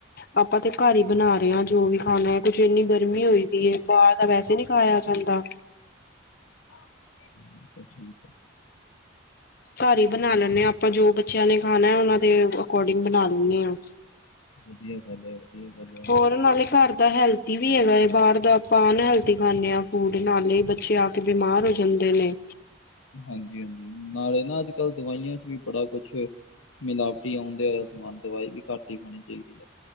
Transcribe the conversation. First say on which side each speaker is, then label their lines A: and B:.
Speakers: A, on the left; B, on the left.
A: ਆਪਾਂ ਤੇ ਘੱਰ ਹੀ ਬਣਾ ਰੇ ਆ ਜੋ ਵੀ ਖਾਣਾ ਕੁੱਛ ਇੰਨੀ ਗਰਮੀ ਹੋਈ ਦੀ ਏ ਬਾਹਰ ਦਾ ਵੈਸੇ ਨੀ ਖਾਯਾ ਜਾਂਦਾ।
B: ਤਾਂ ਠੀਕ ਐ।
A: ਘੱਰ ਹੀ ਬਣਾ ਲੈਂਣੇ ਆ ਆਪਾਂ ਜੋ ਬੱਚਿਆਂ ਨੇ ਖਾਣਾ ਓਨਾਂ ਦੇ ਅਕੋਰਡਿੰਗ ਬਣਾ ਲੇਣੇ ਆ।
B: ਵਧੀਆ ਗੱਲ ਹੈ ਵਧੀਆ ਗੱਲ ਹੈ
A: ਹੋਰ ਨਾਲੇ ਘਰ ਤਾਂ ਹੈਲਥੀ ਵੀ ਹੈਗਾ ਏ ਬਾਹਰ ਦਾ ਆਪਾਂ ਅਨਹੈਲਥੀ ਖਾਂਣੇ ਆ ਫੂਡ ਨਾਲੇ ਈ ਬੱਚੇ ਆ ਕੇ ਬਿਮਾਰ ਹੋ ਜਾਂਦੇ ਨੇ।
B: ਹਾਂਜੀ-ਹਾਂਜੀ ਨਾਲੇ ਨਾ ਅੱਜ-ਕੱਲ੍ਹ ਦਵਾਈਆਂ ਚ ਵੀ ਬੜਾ ਕੁਛ ਮਿਲਾਵਟੀ ਆਉਂਦੇ ਹੋਇਆ ਸਮਾਨ ਦਵਾਈ ਵੀ ਕਟ ਹੀ ਖਾਣੀ ਚਾਇਦੀ ਐ।